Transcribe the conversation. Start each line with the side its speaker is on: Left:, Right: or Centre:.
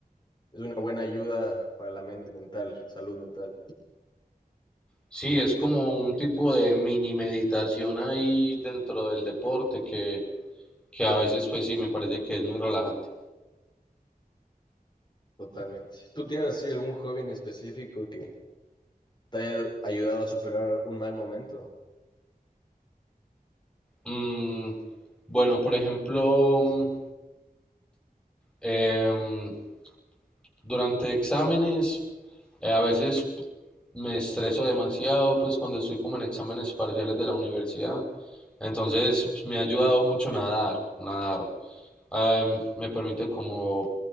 Left: Es una buena ayuda para la mente mental, salud mental,
Centre: Sí, es como un tipo de mini meditación ahí dentro del deporte que, que a veces pues sí me parece que es muy relajante.
Left: totalmente. ¿Tú tienes así algún hobby en específico que te haya ayudado a superar un mal momento?
Centre: Mm, bueno, por ejemplo, mm, em, Durante exámenes, eh, a veces me estreso demasiado, pues cuando estoy como en exámenes parciales de la universidad. Entonces, pues, me ha ayudado mucho nadar, nadar. Em, me permite como